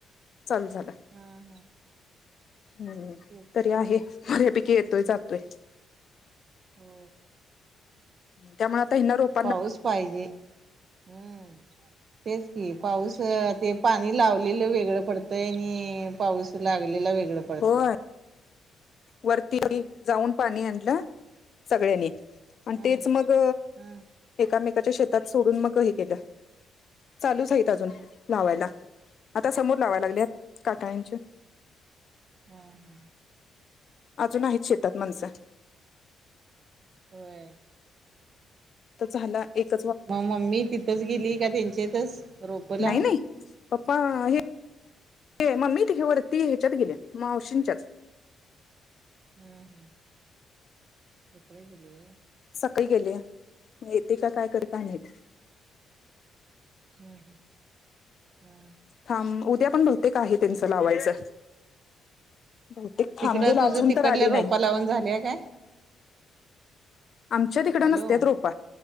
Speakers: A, on the left (about 55°); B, on the right (about 50°).
A: चालू झालं.
B: हा हा.
A: हम्म
B: तेच
A: तरी आहे बऱ्यापैकी येतोय जातोय.
B: हो.
A: त्यामुळे आता हि रोप
B: पाऊस पाहिजे हम्म! तेच की पाऊस ते पाणी लावलेलं वेगळं पडतंय आणि पाऊस लागलेला वेगळं पडतय.
A: होय वरती जाऊन पाणी आणलं सगळ्यांनी. आणि
B: हम्म
A: तेच मग
B: हम्म
A: एकामेकाच्या शेतात सोडून मग हे केलं. चालूच आहेत अजून लावायला आता समोर लावायला लागले काटाळ्यांचे.
B: हा हा!
A: अजून आहेतच शेतात मणस.
B: होय!
A: झाला एक
B: मग मम्मी तिथंच गेली का त्यांच्यातच रोपला?
A: नाही नाही पप्पा हे मम्मी ती वरती ह्याच्यात गेली मावशींच्यात.
B: हम्! तिकड गेली
A: सकाळी गेलिये म येते का काय करते काय माहित.
B: हम् हम्!
A: थांब उद्या पण बहुतेक आहे त्यांचं लावायचं. बहुतेक
B: तिकडं
A: थांबेल
B: तुझं
A: अजून
B: तिकडल्या
A: तर आली
B: रोपा
A: नाही.
B: लावून झाले काय?
A: आमच्या तिकड
B: हॅलो
A: नसत्यात रोप